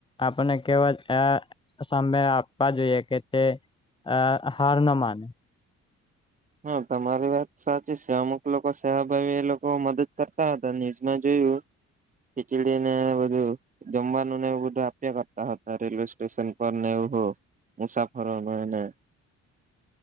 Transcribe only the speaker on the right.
હા તમારી વાત સાચી છે અમુક લોકો સેવાભાવી એ લોકો મદદ કરતા હતા ન્યુઝમાં જોયું ખીચીડી ને બધું જમવાનું ને એવું બધું આપ્યા કરતા હતા રેલવે સ્ટેશન પર ને એવું હો. મુસાફરો મા એને.